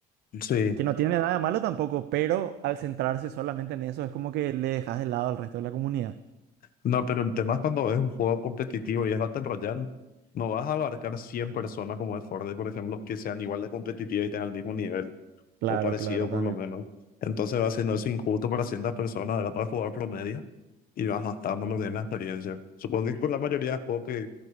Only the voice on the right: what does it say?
Que no tiene nada de malo tampoco, pero al centrarse solamente en eso es como que le dejas de lado al resto de la comunidad.
Claro,
claro,
también.